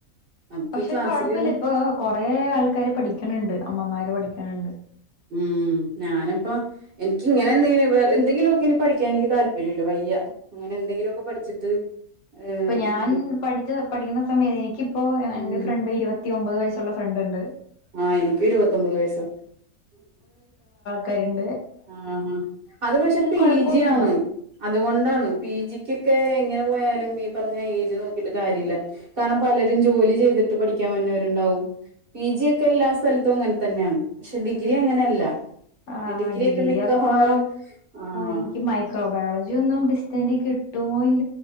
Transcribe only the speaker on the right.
നമുക്ക്
ഈ ക്ലാസ്സിലിരുന്ന്
ഉം ഞാനിപ്പം എനിക്ക് ഇങ്ങനെ എന്തെങ്കിലും എന്തെങ്കിലും ഒക്കെ ഇനി പഠിക്കാൻ എനിക്ക് താല്പര്യമില്ല വയ്യ അങ്ങനെ എന്തെങ്കിലുമൊക്കെ പഠിച്ചിട്ട് ഏഹ്
ഇനി
ഉം
ആ എനിക്കും ഇരുപത്തൊമ്പത് വയസാ
ആ അത് പക്ഷെ പി
ജി യാണ് അതുകൊണ്ടാണ് പി ജിക്കൊക്കെ എങ്ങനെ പോയാലും ഈ പറഞ്ഞ ഏജ് നോക്കിട്ട് കാര്യമില്ല കാരണം പലരും ജോലി ചെയ്തിട്ട് പഠിക്കാൻ വരുന്നവര് ഉണ്ടാവും പി ജി ഒക്കെ എല്ലാ സ്ഥലത്തും അങ്ങനെ തന്നെയാണ് പക്ഷെ ഡിഗ്രി അങ്ങനെയല്ല
ഡിഗ്രി
ഒക്കെ
മിക്കവാറും
ആഹ്